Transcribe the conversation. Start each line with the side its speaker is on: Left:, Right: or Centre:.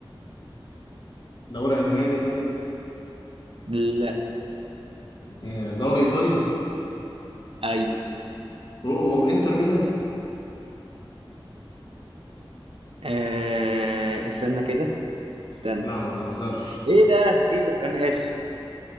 Left: دوري ألماني طيب
Right: لا
Left: ايه يعني دوري ايطالي
Right: ايوه
Left: اوه انتر ميلان
Right: آه استنى كده استنى
Left: لا ما تهزرش
Right: ايه ده ايه ده انا اسف